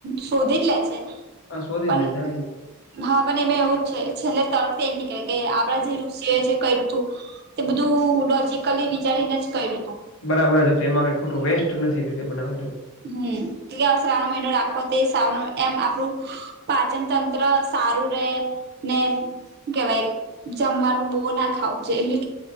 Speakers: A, on the right (about 50°); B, on the left (about 65°).
A: શોધી જ લે છે.
B: આ શોધી
A: પણ
B: જ લે છે
A: હા પણ એમાં એવું જ છે છેલ્લે તળતી એ જ નીકળે કે આપણા જે ઋષિઓએ જે કર્યું હતું તે બધું લોજકલી વિચારીને જ કર્યું તું.
B: બરાબર છે તો એમાં કઈ ખોટું વેસ્ટ નથી રી બનાવ.
A: હમ એટ સા્રણ મહિનો રાખો તે સા્રવણ એમ આપડું પાચન તંત્ર સારું રેમ ને કેવાય જમવાનું બો ના ખાવું છે એટલે